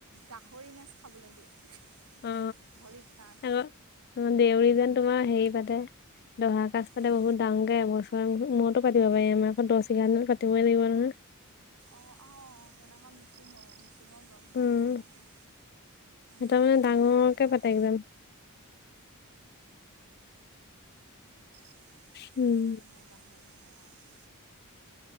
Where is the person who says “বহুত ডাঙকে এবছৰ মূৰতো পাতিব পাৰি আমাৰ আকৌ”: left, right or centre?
Left